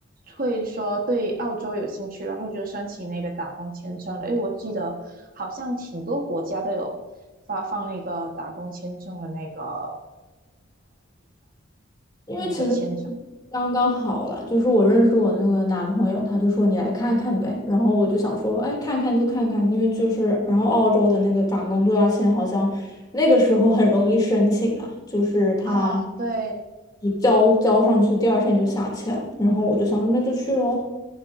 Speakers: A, on the right; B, on the left.
A: 会说对澳洲有兴趣，然后就申请那个打工签证了？因为我记得好像挺多国家都有发放那个打工签证的那个
B: 因为其实
A: 那个签证。
B: 刚刚好了，就是我认识我那个男朋友，他就说你来看看呗，然后我就想说，哎，看看就看看，因为就是然后澳洲的那个打工度假签好像那个时候很容易申请嘛，就是他
A: 啊，对
B: 就交交上去，第二天就下签了，然后我就想说那就去喽。